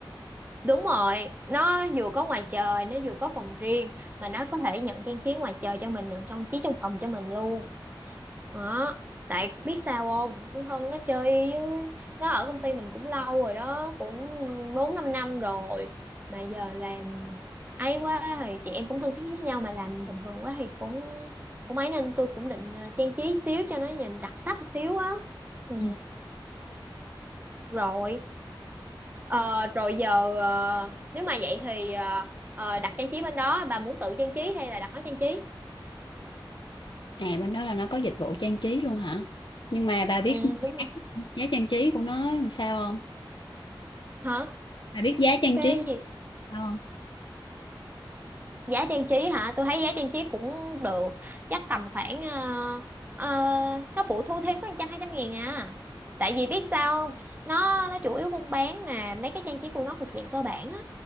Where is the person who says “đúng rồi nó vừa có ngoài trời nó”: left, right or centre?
Right